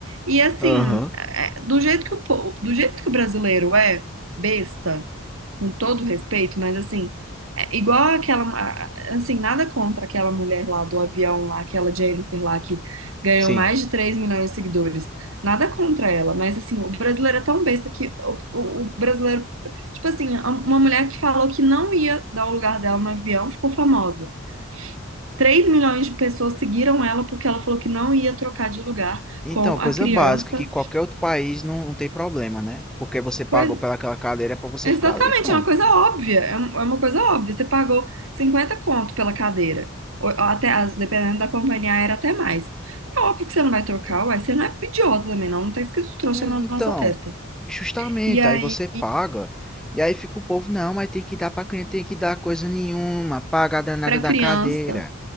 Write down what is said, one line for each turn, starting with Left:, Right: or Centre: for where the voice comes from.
Right: E assim,
Centre: Aham,
Right: é- é- do jeito que o, po- do jeito que o brasileiro é besta com todo respeito, mas assim, é igual aquela, a- assim, nada contra aquela mulher lá do avião lá, aquela Jennifer lá que ganhou
Centre: sim.
Right: mais de 3 milhões de seguidores. Nada contra ela, mas assim, o brasileiro é tão besta que o, o- o brasileiro, tipo assim, a- uma mulher que falou que não ia dar o lugar dela no avião ficou famosa. três milhões de pessoas seguiram ela porque ela falou que não ia trocar de lugar
Centre: Então,
Right: com
Centre: coisa
Right: a criança.
Centre: básica que qualquer outro país não, não tem problema, né? Porque você pagou
Right: Pois
Centre: pelaquela cadeira pra você
Right: Exatamente,
Centre: ficar ali, pronto.
Right: é uma coisa óbvia, é um- é uma coisa óbvia. Você pagou 50 conto pela cadeira, ou ou até, as- dependendo da companhia aérea, até mais. É óbvio que você não vai trocar,
Centre: Então,
Right: uai, você não é idiota também, não, não tá escrito trouxa
Centre: Mas,
Right: na
Centre: Então,
Right: nossa testa.
Centre: justamente,
Right: E aí,
Centre: aí você paga, e aí fica o povo, não, mas tem que dar pra criança, tem que dar coisa nenhuma, paga a danada
Right: pra
Centre: da
Right: criança,
Centre: cadeira.